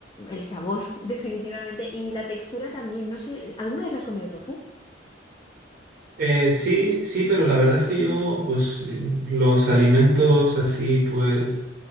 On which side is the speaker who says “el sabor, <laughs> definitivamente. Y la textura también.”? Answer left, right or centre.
Left